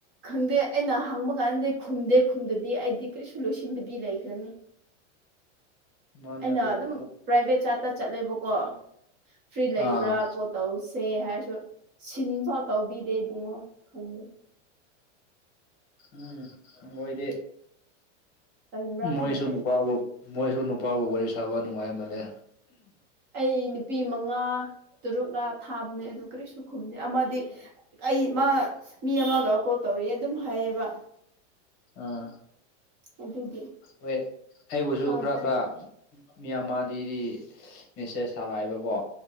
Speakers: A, on the right; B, on the left.
A: ꯈꯪꯗꯦ ꯑꯩꯅ ꯍꯪꯕ ꯀꯥꯟꯗꯤ ꯈꯨꯝꯗꯦ ꯈꯨꯝꯗꯗꯤ ꯑꯩꯗꯤ ꯀꯔꯤꯁꯨ ꯂꯣꯏꯁꯤꯟꯗꯕꯤ ꯂꯩꯈ꯭ꯔꯅꯤ
B: ꯃꯥꯅꯦ
A: ꯑꯩꯅ
B: ꯑꯗꯨ
A: ꯑꯗꯨꯝ ꯄ꯭ꯔꯥꯏꯚꯦꯠ ꯆꯥꯠꯇ ꯆꯠꯂꯦꯕꯀꯣ ꯐ꯭ꯔꯤ ꯂꯩꯕ꯭ꯔꯥ
B: ꯑꯥ
A: ꯀꯣ ꯇꯧꯁꯦ ꯍꯥꯏꯔꯁꯨ ꯁꯤꯟꯐꯥꯎ ꯇꯧꯕꯤꯗꯦ ꯏꯕꯨꯡꯉꯣ ꯈꯪꯗꯦ
B: ꯎꯝ ꯃꯣꯏꯗꯤ
A: ꯇꯟꯕ꯭ꯔꯥ
B: ꯃꯣꯏꯁꯨ
A: ꯈꯪꯗꯦ
B: ꯅꯨꯄꯥꯕꯨ ꯃꯣꯏꯁꯨ ꯅꯨꯄꯥꯕꯨ ꯋꯥꯔꯤ ꯁꯥꯕ ꯅꯨꯡꯉꯥꯏꯃꯜꯂꯦ
A: ꯑꯩ ꯅꯨꯄꯤ ꯃꯉꯥ ꯇꯔꯨꯛꯂ ꯊꯥꯕꯅꯦ ꯑꯗꯨ ꯀꯔꯤꯁꯨ ꯈꯨꯝꯗꯦ ꯑꯃꯗꯤ ꯑꯩ ꯃꯥ ꯃꯤ ꯑꯃꯒ ꯀꯣꯜ ꯇꯧꯔꯤꯑꯦ ꯑꯗꯨꯝ ꯍꯥꯏꯌꯦꯕ
B: ꯑꯥ
A: ꯑꯗꯨꯒꯤ
B: ꯋꯦ ꯑꯩꯕꯨꯁꯨ
A: ꯊꯥꯗ꯭ꯔꯦ
B: ꯈꯔ ꯈꯔ ꯃꯤ ꯑꯃ ꯗꯤ ꯗꯤ ꯃꯦꯁꯦꯁ ꯊꯥꯕ ꯍꯥꯏꯕꯀꯣ